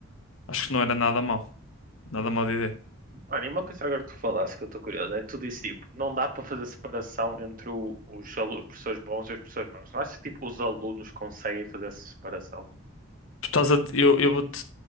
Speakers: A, on the left; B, on the right.
A: acho que não era nada mal. Nada mal de ideia.
B: Olha, e uma coisa agora que tu falaste que eu estou curioso é que tu disse tipo, não dá para fazer separação entre o- os, alu- os professores bons e os professores maus. Não achas que tipo, os alunos conseguem fazer essa separação?
A: Tu estás a eu eu vou-te